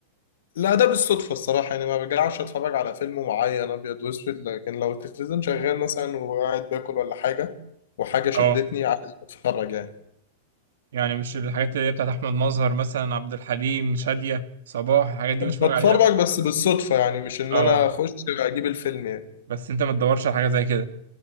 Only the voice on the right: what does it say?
اه
يعني مش الحاجات اللي هي بتاعت احمد مظهر مثلا عبد الحليم شادية صباح الحاجات دي بتتفرج
عليها
اه
بس انت ما تدورش على حاجة زي كده